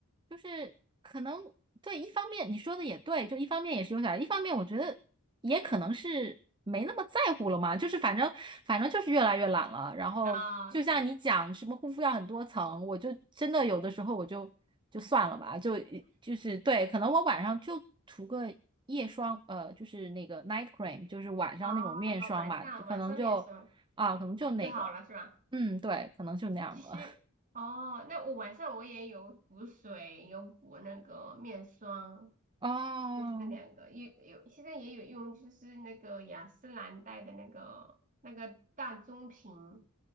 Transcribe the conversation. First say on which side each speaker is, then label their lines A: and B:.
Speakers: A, on the right (about 20°); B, on the right (about 35°).
A: 就是可能对，一方面你说的也对，就一方面也是有点儿，一方面我觉得也可能是没那么在乎了嘛，就是反正反正就是越来越懒了。然后就像你讲什么护肤要很多层，
B: 啊，对。
A: 我就真的有的时候我就就算了吧，就就是对，可能我晚上就涂个夜霜，呃，就是那个 night cream，就是晚上那种面霜吧，
B: 哦，晚上晚上面霜
A: 就可能就啊，可能就那个，
B: 就好了是吧？
A: 嗯，对，可能就那样了。
B: 其实哦，那我晚上我也有补水，有补那个面霜，
A: <laughs> 哦，
B: 就是这两个，有有现在也有用，就是那个雅诗兰黛的那个那个大棕瓶，